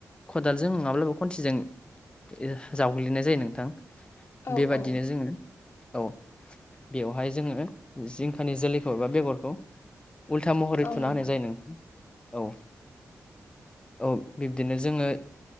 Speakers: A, on the left; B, on the left.
A: खदालजों नङाब्लाबो खन्थिजों ए जावग्लिनाय जायो नोंथां
B: औ
A: बेबादिनो
B: औ
A: जोङो औ बेवहाय जोङो जिंखानि जोलैखौ एबा बेगरखौ उल्था महरै
B: औ
A: थुना
B: नोंथां
A: होनाय जायो नों औ। औ बिब्दिनो जोङो